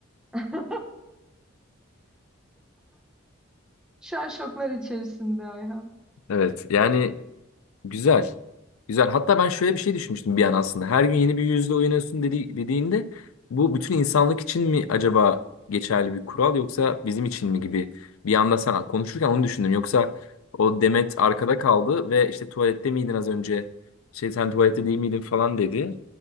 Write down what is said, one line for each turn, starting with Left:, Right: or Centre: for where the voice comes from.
Centre: <laughs> Şu an şoklar içerisinde Ayhan.
Left: Evet yani Güzel. Güzel. Hatta ben şöyle bir şey düşünmüştüm bir an aslında. Her gün yeni bir yüzle oynuyorsun dedi, dediğinde bu bütün insanlık için mi acaba geçerli bir kural yoksa bizim için mi gibi bir anda sen konuşurken onu düşündüm. Yoksa o Demet arkada kaldı ve işte tuvalette miydin az önce? Şey sen tuvalette değil miydin falan dedi.